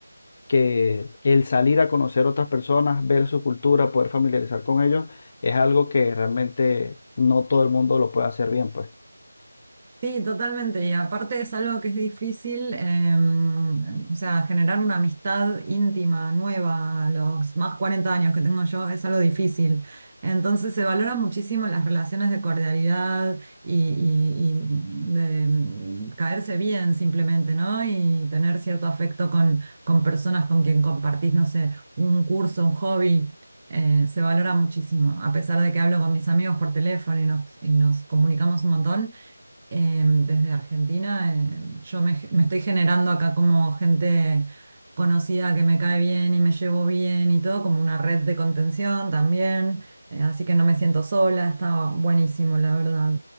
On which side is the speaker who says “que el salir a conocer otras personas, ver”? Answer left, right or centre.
Left